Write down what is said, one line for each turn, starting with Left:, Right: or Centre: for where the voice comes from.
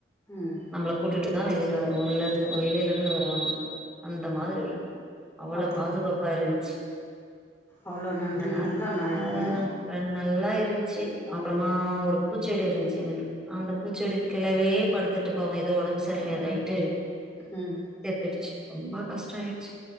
Left: ம்
Centre: நம்ள கூட்டிட்டுதா வெளில வ உள்ளர்ந்து வெளில இருந்து வருவாங்க அந்த மாதிரி இருக்கு அவ்வள
Left: பாத்தீங்களா
Centre: பாதுகாப்பா இருந்ச்சு
Left: அவ்ளோ நன்றி
Centre: அந்த நாய்
Left: இல்ல
Centre: அ
Left: ஆ
Centre: நல்லா இருந்ச்சு அப்புறமா ஒரு பூச்செடி இருந் ருந்தது அந்த பூச்செடிக்கிலவே படுத்துட்டு போவம் ஏதோ உடம்பு செரியில்ல இதாயிட்டு
Left: ம்
Centre: செத்துடுச்சு ரொம்ப கஷ்டம் ஆயிடுச்சு